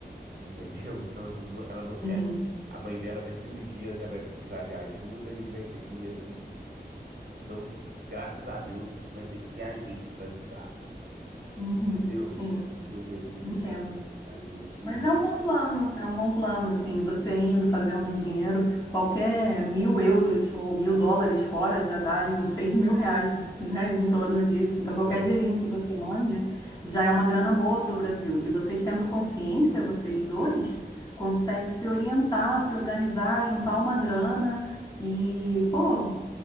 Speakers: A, on the right; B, on the left.
A: entendeu? <laughs> Então, assim, não- ela não
B: Uhum,
A: é. A mãe dela daqui uns dias já vai precisar de ajuda e vai ter, e assim, não que, graças a Deus, vai ter que ser a gente para ajudar,
B: uhum,
A: entendeu?
B: sim,
A: Porque assim,
B: entendo.
A: a gente.
B: Mas é um bom plano, é um bom plano, assim, você indo, fazendo um dinheiro, qualquer mil euros ou mil dólares fora já dá aí uns seis mil reais, né, em torno disso. Então, qualquer
A: Ah.
B: dinheirinho que você mande já é uma grana boa para o Brasil. E vocês tendo consciência, vocês dois, conseguem se orientar, se organizar, juntar uma grana e, pô,